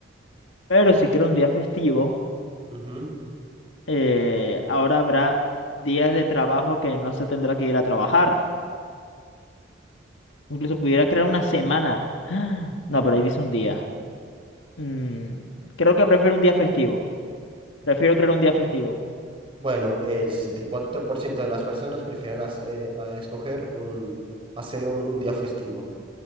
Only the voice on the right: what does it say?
Ujú.
Bueno, el sesenta y cuatro por ciento de las personas prefieren hac- eh, a escoger un, hacer un, un día festivo.